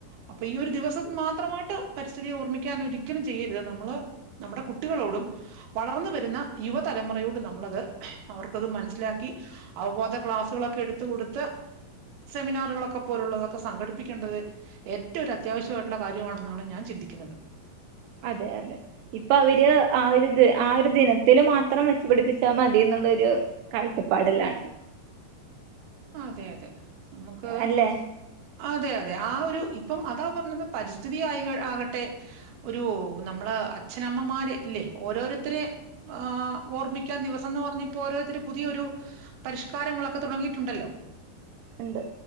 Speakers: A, on the right; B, on the right.
A: അപ്പൊ ഈ ഒരു ദിവസം മാത്രമായിട്ട് പരിസ്ഥിതി ഓർമ്മിക്കാൻ ഒരിക്കലും ചെയ്യരുത്. നമ്മള് നമ്മുടെ കുട്ടികളോടും വളർന്ന് വരുന്ന യുവതലമുറയോടും നമ്മളത് അവർ ക്കത് മനസ്സിലാക്കി അവബോധ ക്ലാസ്സുകളൊക്കെ എടുത്ത് കൊടുത്ത് സെമിനാറുകളൊക്കെ പോലുള്ളതൊക്കെ സംഘടിപ്പിക്കേണ്ടത് ഏറ്റവും ഒരു അത്യാവശ്യമായിട്ടുള്ള കാര്യമാണെന്നാണ് ഞാൻ ചിന്തിക്കുന്നത്.
B: അതെ അതെ. ഇപ്പൊ അവര് ആ ഒരു ദ് ആ ഒരു ദിനത്തില് മാത്രം വെച്ചുപിടിപ്പിച്ചാ മതീന്നുള്ളൊരു കാഴ്ചപ്പാടിലാണ്.
A: അതെ അതെ നമ്മക്ക്
B: അല്ലേ
A: അതെ അതെ. ആ ഒരു ഇപ്പം അതാ പറഞ്ഞത് പരിസ്ഥിതി ആയി ആകട്ടെ ഒരു നമ്മള് അച്ഛനമ്മമാര് ഇല്ലേ ഓരോരുത്തരെ ആ ഓർമ്മിക്കാൻ ദിവസംന്ന് പറഞ്ഞിപ്പോ ഓരോരുത്തര് പുതിയൊരു പരിഷ്കാരങ്ങളൊക്കെ തുടങ്ങി ട്ടുണ്ടല്ലോ?
B: ഉണ്ട്